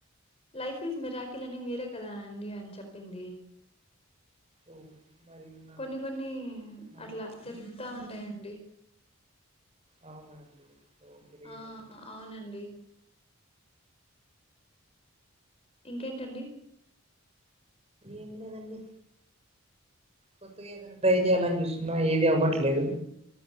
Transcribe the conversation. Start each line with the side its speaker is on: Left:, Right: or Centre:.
Left: లైఫ్ ఈజ్ మిర్కిల్ అని మీరే కదా అండి అని చెప్పింది
Right: ఓ మరి నాకు
Left: కొన్ని కొన్ని
Right: నాకు
Left: అట్లా జరుగుతా ఉంటాయండి
Right: అవునండి ఓ గ్రేట్
Left: ఆ
Right: అండి
Left: అవునండి ఇంకేంటండి
Right: ఏం లేదండి కొత్తగా ఏదైనా ట్రై చేయాలని చూస్తున్నా ఏది అవ్వట్లేదు